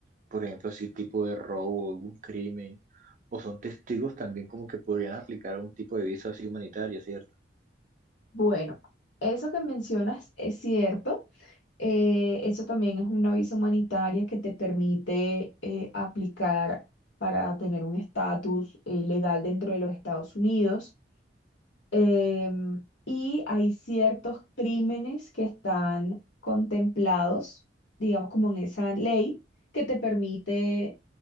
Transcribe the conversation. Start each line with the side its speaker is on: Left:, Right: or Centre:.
Right: por ejemplo, así tipo de robo, algún crimen, o son testigos también como que podrían aplicar un tipo de visa así humanitaria, ¿cierto?
Left: Bueno, eso que mencionas es cierto. Eh, eso también es una visa humanitaria que te permite eh, aplicar para tener un estatus eh, legal dentro de los Estados Unidos. Em, y hay ciertos crímenes que están contemplados, digamos, como en esa ley que te permite